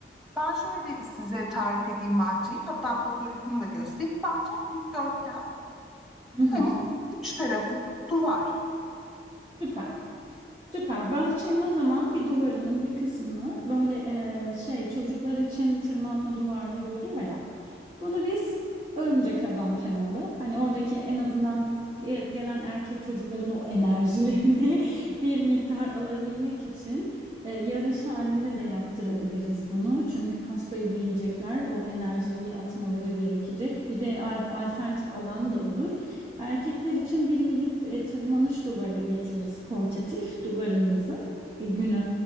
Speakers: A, in the centre; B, on the right.
A: Ben şöyle size tarif edeyim bahçeyi. Hatta fotoğrafını da göstereyim. Bahçem dikdörtgen ve
B: Hı hı.
A: hani üç tarafı da duvar.
B: Süper. Süper. Bahçenin o zaman bir duvarının bir kısmını böyle eee, şey çocuklar için tırmanma duvarları oluyor ya. Bunu biz örümcek adam temalı. Hani oradaki en azından ge- gelen erkek çocukların o enerjilerini <laughs> bir miktar alabilmek için eee, yarış halinde de yaptırabiliriz bunu. Çünkü pastayı da yiyecekler. O enerjiyi atmaları gerekecek. Bir de al- alternatif alan da olur. Erkekler için bir minik e, tırmanış duvarı getiririz portatif duvarınıza. E, Gün